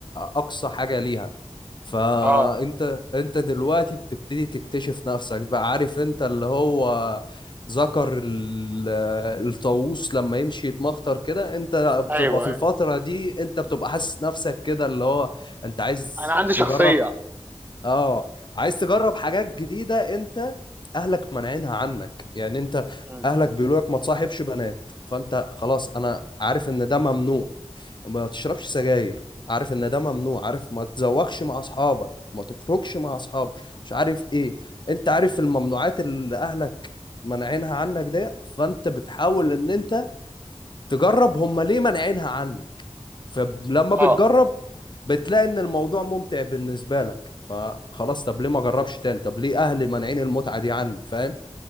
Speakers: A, on the left (about 45°); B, on the right (about 15°).
A: اقصى حاجة ليها فانت
B: اه
A: انت دلوقتي بتبتدي تكتشف نفسك بقى عارف انت اللي هو ذكر ال- الطاووس لما يمشي يتمخطر كده انت
B: ايوه
A: بتبقى في
B: أيوة.
A: الفترة دي انت بتبقى حاسس نفسك كده اللي هو انت عايز
B: انا عندي شخصيه
A: تجرب اه عايز تجرب حاجات جديدة انت اهلك مانعينها عنك يعني انت
B: <laughs> مم.
A: اهلك بيقولوا لك ما تصاحبش بنات فانت خلاص انا عارف ان ده ممنوع ما تشربش سجاير عارف ان ده ممنوع عارف ما تزوخش مع اصحابك ما تخرجش مع اصحابك مش عارف ايه انت عارف الممنوعات اللي اهلك مانعينها عنك ديت فانت بتحاول ان انت تجرب هم ليه مانعينها عنك فلما
B: اه
A: بتجرب بتلاقي ان الموضوع ممتع بالنسبه لك فخلاص طب ليه ما اجربش تاني طب ليه اهلي مانعين المتعه دي عني فاهم